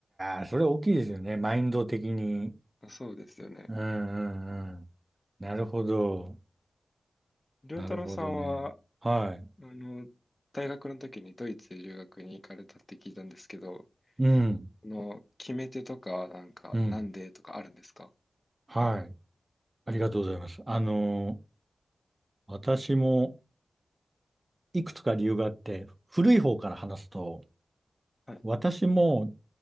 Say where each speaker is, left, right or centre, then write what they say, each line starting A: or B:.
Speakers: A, on the right; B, on the left.
A: やー、それ大きいですよね。マインド的に。
B: まあそうですよね。
A: うん、うん、うん。なるほど。
B: 良太郎さんは、
A: なるほどね。
B: あ
A: はい。
B: の、大学の時にドイツ留学に行かれたって聞いたんですけど、
A: うん。
B: の、決め手とか、なんか、
A: うん。
B: なんでとかあるんですか
A: はい。ありがとうございます。あの私もいくつか理由があって、古い方から話すと、
B: はい、
A: 私も、